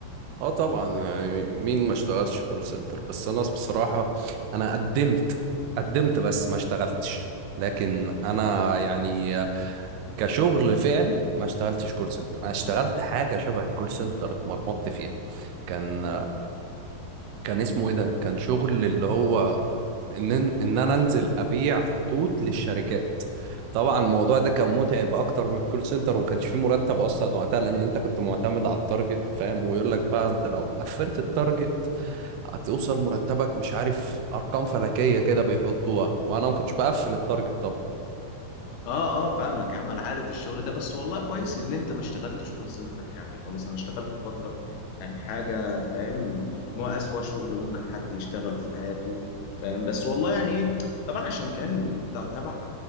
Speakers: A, on the right (about 85°); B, on the left (about 85°).
A: اه طبعا يعني مين ما اشتغلش كول سنتر بس انا بصراحة انا قدمت قدمت بس ما اشتغلتش لكن انا يعني كشغل فعلي ما اشتغلتش كول سنتر انا اشتغلت حاجة شبه الكول سنتر اتمرمطت فيها كان كان اسمه ايه ده كان شغل اللي هو ان ان انا انزل ابيع خطوط للشركات طبعا الموضوع ده كان متعب اكتر من الكول سنتر وما كانش فيه مرتب اصلا وقتها لان انت كنت معتمد على التارجت فاهم ويقول لك بقى انت لو قفلت التارجت هتوصل مرتبك مش عارف ارقام فلكيه كده بيحطوها وانا ما كنتش بقفل التارجت طبعا
B: اه اه فاهمك يا عم انا عارف الشغل ده بس والله كويس ان انت ما اشتغلتش كول سنتر يعني خلاص انا اشتغلت فترة يعني حاجة فاهم ما اسوأ شغل ممكن حد يشتغله في حياته فاهم بس والله يعني ايه طبعا عشان كان ت- تبع